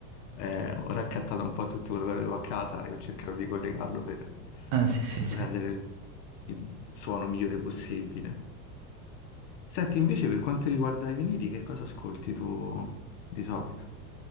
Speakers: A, on the left; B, on the right.
A: Eh, ho raccattato un po' tutto quello che avevo a casa e ho cercato di collegarlo per
B: Ah, sì, sì, sì.
A: rendere il, il suono migliore possibile. Senti, invece, per quanto riguarda i vinili, che cosa ascolti tu di solito?